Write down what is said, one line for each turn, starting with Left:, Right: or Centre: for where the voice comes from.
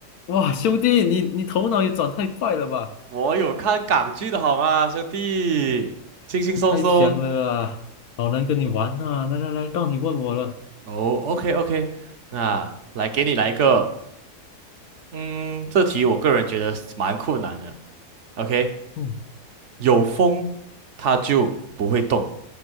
Left: 哇，兄弟，你你头脑也转太快了吧，
Right: 我有看港剧的好吗，兄弟，轻轻松松。
Left: 太强了啊！好难跟你玩啊！来来来，到你问我了。
Right: 哦，OK OK，那来给你来一个，嗯，这题我个人觉得是蛮困难的。OK，
Left: 嗯，
Right: 有风它就不会动，